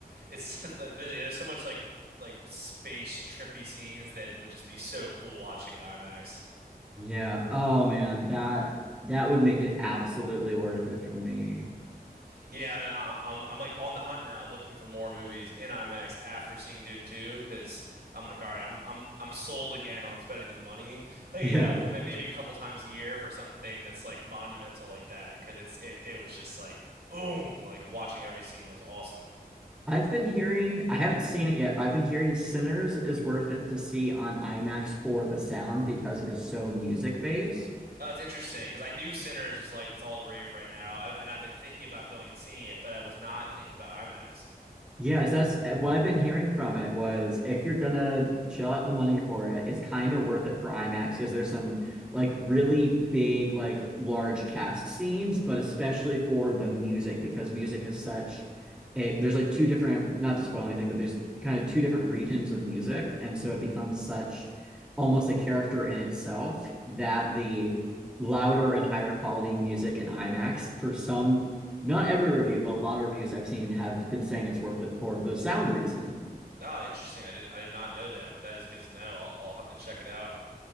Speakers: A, on the right; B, in the centre.
A: it's <laughs> there's, yeah, there's so much like like space trippy scenes that it would just be so cool watching in IMAX.
B: Yeah. Oh man, that that would make it absolutely worth it for me. <laughs>
A: Yeah, and I'm, I'm I'm like on the hunt now, looking for more movies in IMAX after seeing Dune 2, because I'm like, all right, I'm I'm I'm sold again on spending the money, like
B: Yeah.
A: you know, w- may- maybe a couple times a year for something that's like monumental like that, because it's it, it was just like boom, like watching every scene, it was awesome.
B: I've been hearing, I haven't seen it yet, but I've been hearing Sinners is worth it to see on IMAX for the sound because it is so music based.
A: Oh, it's interesting because I knew Sinners is like it's all the rave right now, I, and I've been thinking about going and seeing it, but I was not thinking about IMAX.
B: Yeah, so that's eh, what I've been hearing from it was if you're gonna shell out the money for it, it's kind of worth it for IMAX because there's some like really big, like large cast scenes, but especially for the music because music is such a there's like two different, not to spoil anything, but there's kind of two different regions of music, and so it becomes such almost a character in itself that the louder and higher quality music in IMAX for some not every review, but a lot of reviews I've seen have been saying it's worth it for the sound reason.
A: Oh, interesting. I did I did not know that, but that is good to know. I'll, I'll have to check it out.